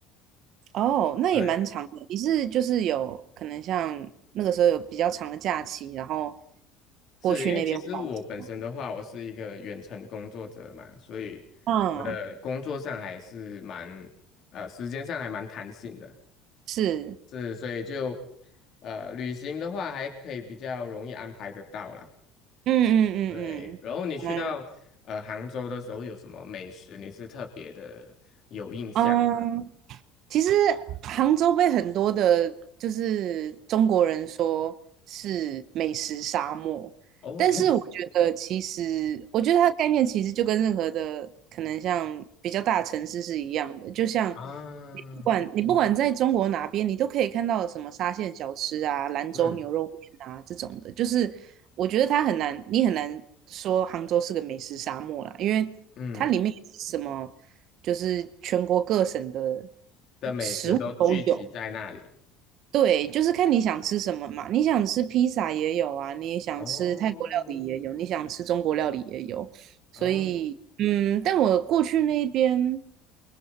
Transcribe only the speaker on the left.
对，
是因为其实我本身的话，
我是一个远程工作者嘛，所以我的工作上还是蛮呃时间上还蛮弹性的，
是所以就呃旅行的话还可以比较容易安排得到啦。
对，然后你去到呃杭州的时候有什么美食你是特别的有印象吗？
哦，
美
啊，
嗯
嗯
的美食都聚集在那里。
哦
哦。